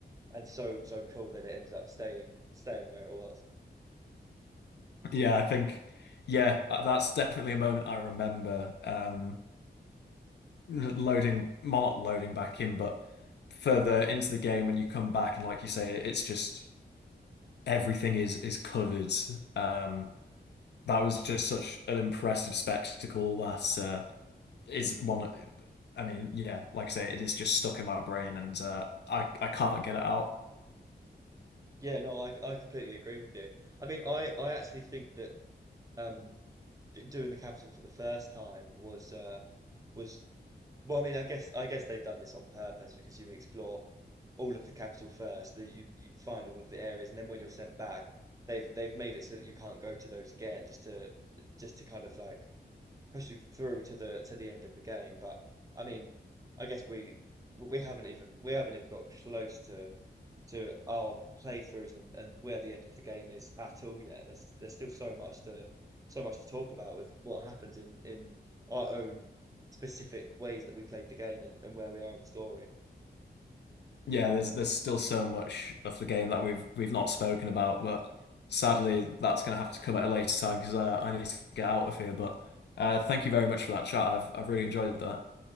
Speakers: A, on the right; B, on the left.
A: and so so cool that it ended up staying staying where it was.
B: Yeah, I think, yeah, uh, that's definitely a moment I remember. Um, loading, well, not loading back in, but further into the game when you come back and, like you say, it's just everything is is covered. Um, that was just such an impressive spectacle. That uh, is one. I mean, yeah, like I say, it is just stuck in my brain, and uh, I I can't get it out.
A: Yeah, no, I I completely agree with you. I mean, I I actually think that um d- doing the capital for the first time was uh was well, I mean, I guess I guess they've done this on purpose because you explore all of the capital first, that you you find all of the areas, and then when you're sent back, they've they've made it so that you can't go to those again, just to just to kind of like push you through to the to the end of the game. But I mean, I guess we we haven't even we haven't even got close to to our playthroughs and and where the end of the game is at all yet. There's there's still so much to so much to talk about with what happens in in our own specific ways that we played the game and, and where we are in the story.
B: Yeah, there's there's still so much of the game that we've we've not spoken about, but sadly that's going to have to come at a later time because uh, I need to get out of here. But uh, thank you very much for that chat. I've I've really enjoyed that.